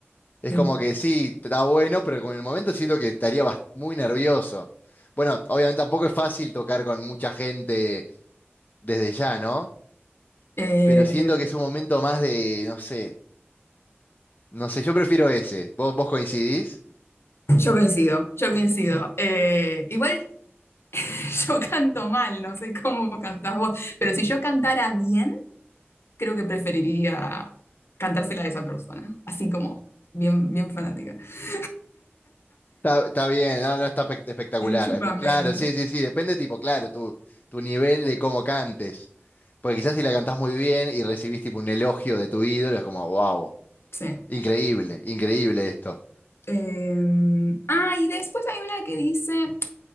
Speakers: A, on the left (about 40°); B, on the left (about 65°).
A: Es
B: Sí.
A: como que sí, está bueno, pero con el momento siento que estaría bas- muy nervioso. Bueno, obviamente tampoco es fácil tocar con mucha gente desde ya, ¿no?
B: Eh,
A: Pero siento que es un momento más de, no sé, no sé, yo prefiero ese. ¿Vos, vos coincidís?
B: yo coincido, yo coincido. Eh, igual <laughs> yo canto mal, no sé cómo cantás vos, pero si yo cantara bien, creo que preferiría cantársela a esa persona, así como bien, bien fanática. <laughs>
A: Está, está bien, no, no está espe- espectacular.
B: Bien chupame.
A: Espe- Claro, sí, sí, sí, depende, tipo, claro, tu, tu nivel de cómo cantes. Porque quizás si la cantás muy bien y recibís tipo un elogio de tu ídolo, es como, wow,
B: Sí.
A: increíble, increíble esto.
B: Em, ah, y después hay una que dice,